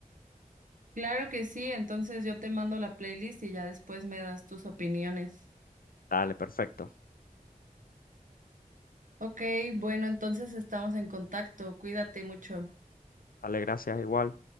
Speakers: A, on the right; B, on the left.
A: Claro que sí, entonces yo te mando la playlist y ya después me das tus opiniones.
B: Dale, perfecto.
A: Ok, bueno, entonces estamos en contacto. Cuídate mucho.
B: Dale, gracias igual.